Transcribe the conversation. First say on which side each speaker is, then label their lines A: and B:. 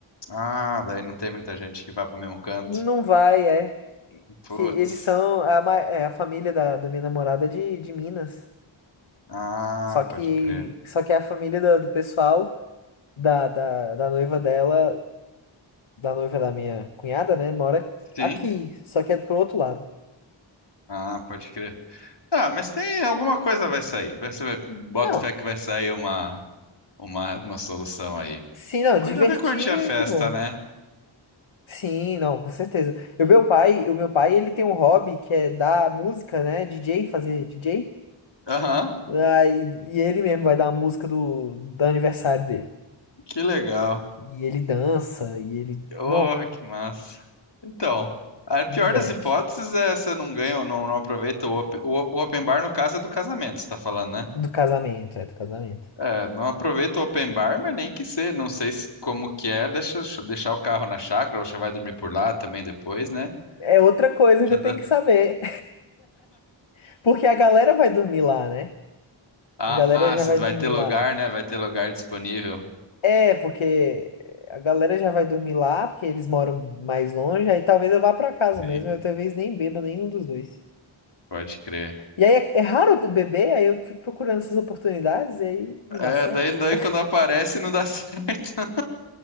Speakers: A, on the left (about 60°); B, on the left (about 80°).
A: ah, daí não tem muita gente que vai pro mesmo canto.
B: Não vai, é.
A: Putz.
B: Que eles são a, ma- é, a família da, da minha namorada é de, de Minas.
A: Ah,
B: Só que,
A: pode crer.
B: só que é a família do, do pessoal da, da, da noiva dela, da noiva da minha cunhada, né? Mora
A: Sim?
B: aqui. Só que é pro outro lado.
A: Ah, pode crer. Ah, mas tem alguma coisa vai sair. Vai ser, vai- bota
B: Não.
A: fé que vai sair uma, uma, uma solução aí. O
B: Sim, não,
A: importante
B: divertir
A: é curtir a
B: é
A: festa,
B: que vou.
A: né?
B: Sim, não, com certeza. E o meu pai, o meu pai, ele tem um hobby que é dar música, né? DJ, fazer DJ.
A: Aham,
B: Ah, e, e ele mesmo vai dar a música do, do aniversário dele.
A: que legal.
B: E ele dança, e ele,
A: Oh,
B: nó,
A: que massa. Então, a pior
B: diverte.
A: das hipóteses é você não ganha ou não, não aproveita o open, o, o open bar, no caso, é do casamento, você tá falando, né?
B: Do casamento, é do casamento.
A: É, não aproveita o open bar, mas nem que ser. Não sei se, como que é, deixa, deixar o carro na chácara, ou já vai dormir por lá também depois, né?
B: É outra coisa
A: Já
B: que eu
A: dá-
B: tenho que saber, <laughs> porque a galera vai dormir lá, né?
A: Ah,
B: A galera
A: ah,
B: já
A: se
B: vai
A: vai
B: dormir
A: ter lugar,
B: lá.
A: né? Vai ter lugar disponível.
B: É, porque a galera já vai dormir lá, porque eles moram mais longe, aí talvez eu vá pra casa
A: Sim,
B: mesmo, eu talvez nem beba nenhum dos dois.
A: pode crer.
B: E aí é, é raro do bebê, aí eu fico procurando essas oportunidades e aí não
A: É,
B: dá certo.
A: daí, daí
B: <laughs>
A: quando aparece não dá <laughs> certo.